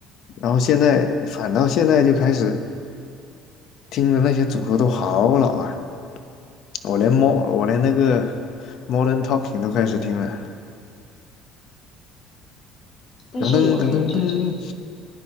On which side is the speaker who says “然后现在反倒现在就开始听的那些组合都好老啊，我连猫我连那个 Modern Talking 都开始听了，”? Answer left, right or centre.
Left